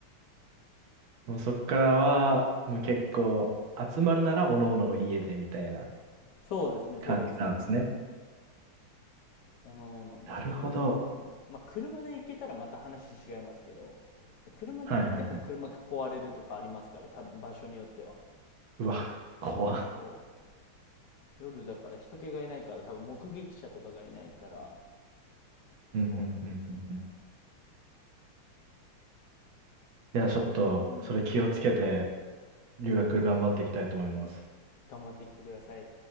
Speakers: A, on the right; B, on the left.
A: もうそっからは、もう結構、集まるなら、おのおのの家で、みたいな
B: そうですね、そうですね。
A: 感じなんですね。
B: おのおのの家で。
A: なるほど。
B: うん。まあ、車で行けたらまた話違いますけど、車で行っても車囲われるとかありますから、
A: はいはいはい。
B: 多分場所によっては。
A: うわ、怖っ。
B: そう。夜だから人気がいないから、多分目撃者とかがいないから、
A: うんうんうんうんうん。
B: そうなんですよね。
A: いや、ちょっと、
B: まあ、うん。
A: それ気をつけて、留学頑張っていきたいと思います。
B: 頑張ってきてください。